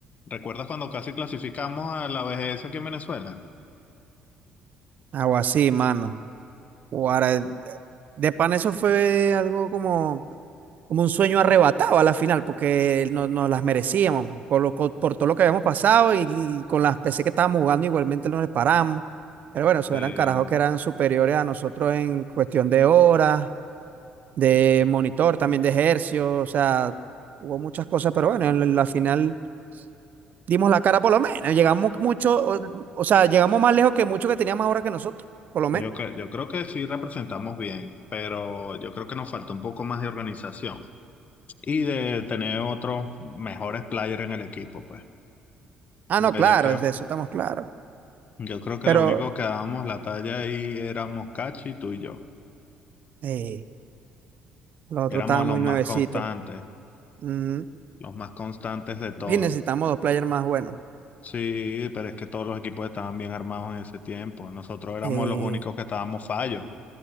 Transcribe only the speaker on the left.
¿Recuerdas cuando casi clasificamos a la BGS aquí en Venezuela?
Eh,
yo, cre- yo creo que sí representamos bien, pero yo creo que nos falta un poco más de organización y de tener otros mejores players en el equipo, pues.
Porque
yo creo,
yo creo que
lo único que dábamos la talla ahí éramos Cachi, tú y yo.
Éramos
los
más
constantes,
los más constantes de todos.
Sí, pero es que todos los equipos estaban bien armados en ese tiempo. Nosotros éramos
los únicos que estábamos fallos.